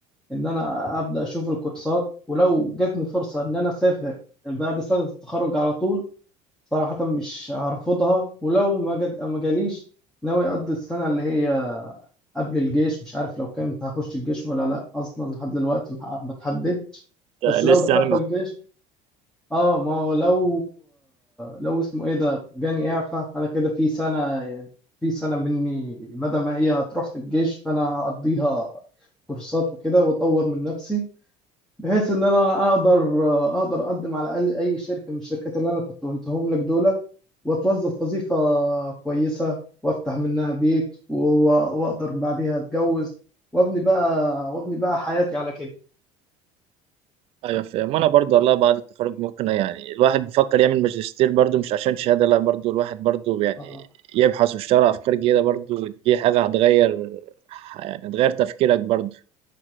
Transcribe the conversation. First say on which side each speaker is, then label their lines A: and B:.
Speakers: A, in the centre; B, on the right.
A: ان انا ابدا اشوف الكورسات ولو جاتني فرصه ان انا اسافر بعد سنه التخرج على طول صراحه مش هرفضها ولو ما جت ما جاليش ناوي اقضي السنه اللي هي قبل الجيش مش عارف لو كنت هخش الجيش ولا لا اصلا لحد دلوقتي ما ما اتحددتش بس
B: انت
A: لو
B: لسه
A: دخلت
B: يعني ما
A: الجيش اه ما هو لو لو اسمه ايه ده جاني اعفاء انا كده في سنه في سنه مني بدل ما هي هتروح في الجيش فانا هقضيها كورسات وكده واطور من نفسي بحيث ان انا اقدر اقدر اقدم على الاقل اي شركه من الشركات اللي انا كنت قلتهم لك دول واتوظف وظيفه كويسه وافتح منها بيت و- واقدر بعديها اتجوز وابني بقى وابني بقى حياتي على كده
B: ايوه فاهم وانا برضو والله بعد التخرج ممكن يعني الواحد بيفكر يعمل ماجستير برضو مش عشان شهاده لا برضو الواحد برضو يعني
A: آه.
B: يبحث ويشتغل على افكار جديده برضو دي حاجه هتغير يعني هتغير تفكيرك برضو